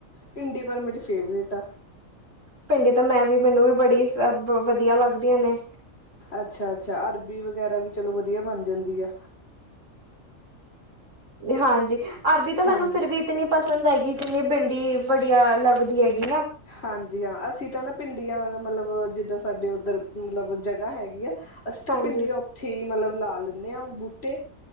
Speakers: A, on the left; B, on the right.
A: ਭਿੰਡੀ ਪਰ ਮੇਰੀ ਫੇਵਰੇਟ ਆ।
B: ਭਿੰਡੀ ਤਾਂ ਮੈਂ ਵੀ ਮੈਨੂੰ ਵੀ ਬੜੀ ਵਧੀਆ ਲੱਗਦੀਆਂ ਨੇ।
A: ਅੱਛਾ, ਅੱਛਾ ਅਰਬੀ ਵਗੈਰਾ ਵੀ ਚਲੋ ਵਧੀਆ ਬਣ ਜਾਂਦੀ ਆ।
B: ਹਾਂਜੀ, ਅਰਬੀ ਤਾਂ ਮੈਨੂੰ
A: ਹਾਂਜੀ
B: ਫਿਰ ਵੀ ਇਤਨੀ ਪਸੰਦ ਹੈਗੀ ਜਿੰਨੀ ਭਿੰਡੀ ਬੜੀਆ ਲੱਗਦੀ ਹੈਗੀ ਨਾ।
A: ਹਾਂਜੀ ਹਾਂ, ਅਸੀਂ ਤਾਂ ਨਾ ਭਿੰਡੀਆਂ ਮਤਲਬ ਜਿੱਦਾਂ ਸਾਡੇ ਉੱਧਰ ਮਤਲਬ ਜਗ੍ਹਾ ਹੈਗੀ ਆ। ਅਸੀ ਤਾਂ
B: ਹਾਂਜੀ
A: ਭਿੰਡੀਆਂ ਉੱਥੇ ਹੀ ਮਤਲਬ ਲਾ ਦਿਨੇ ਆ ਬੂਟੇ।